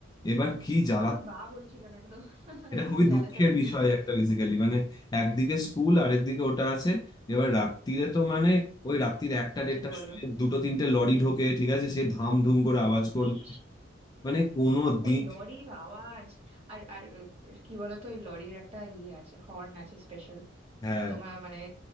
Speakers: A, on the left; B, on the right.
A: এবার কি জ্বালা
B: আবার বা বলছি কেন এটা তো <laughs>
A: এটা
B: এটা
A: খুবই
B: তো জ্বালাতনের
A: দুঃখের বিষয়
B: বিষয়
A: একটা বেসিক্যালি মানে একদিকে স্কুল আর একদিকে ওটা আছে এবার রাত্রিরে তো মানে ওই রাত্রির একটা দেড়টার
B: কি বলো
A: সময় দুটো তিনটে লরি ঢোকে ঠিক আছে সে ধাম ধুম করে আওয়াজ করবে
B: ইস
A: মানে কোনো দিন
B: ওই লরির আওয়াজ আর আর আহ, কি বলতো ওই লরির একটা ইয়ে আছে হর্ন আছে স্পেশাল
A: হ্যাঁ
B: তোমার মানে